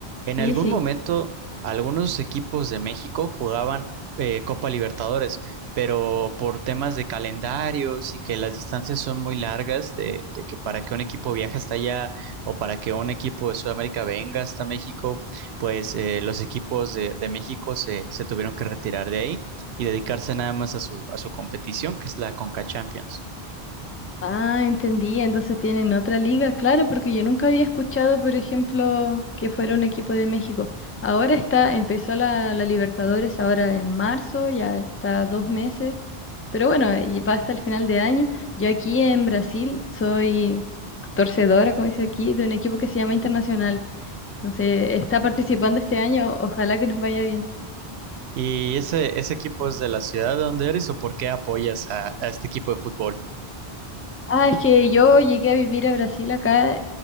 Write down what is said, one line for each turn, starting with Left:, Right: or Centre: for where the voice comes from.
Right: En
Left: sí,
Right: algún
Left: sí.
Right: momento, algunos equipos de México jugaban eh, Copa Libertadores, pero por temas de calendarios y que las distancias son muy largas, de, de que para que un equipo viaje hasta allá o para que un equipo de Sudamérica venga hasta México, pues eh, los equipos de, de México se, se tuvieron que retirar de ahí y dedicarse nada más a su, a su competición, que es la Conca Champions.
Left: Ah, entendí. Entonces tienen otra liga, claro, porque yo nunca había escuchado, por ejemplo, que fuera un equipo de México. Ahora está, empezó la, la Libertadores ahora en marzo, ya está dos meses, pero bueno, y va hasta el final de año. Yo aquí en Brasil soy torcedora, como dice aquí, de un equipo que se llama Internacional. Entonces está participando este año, ojalá que nos vaya bien.
Right: ¿Y ese, ese equipo es de la ciudad donde eres o por qué apoyas a, a este equipo de fútbol?
Left: Ah, es que yo llegué a vivir a Brasil acá, eh,